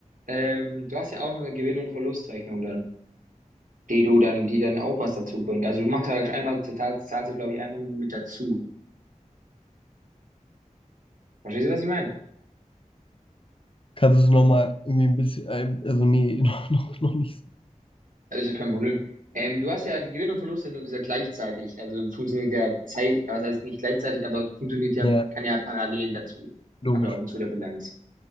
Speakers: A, on the right; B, on the left.
A: ähm, du hast ja auch noch eine Gewinn- und Verlustrechnung dann, die du dann, die dann auch was dazu bringt. Also du machst halt einfach, total, zahlst du, glaube ich, einfach nur mit dazu. Verstehst du, was ich meine?
B: Kannst du es nochmal irgendwie ein bisschen, äh, also nee, <laughs> noch, noch, noch nicht so.
A: Das ist kein Problem. Ähm, du hast ja, die Gewinn- und Verlustrechnung ist ja gleichzeitig, also funktioniert ja Zeit, aber heißt nicht gleichzeitig, aber funktioniert ja,
B: Ja,
A: kann ja parallel dazu
B: logisch.
A: ablaufen zu der Bilanz.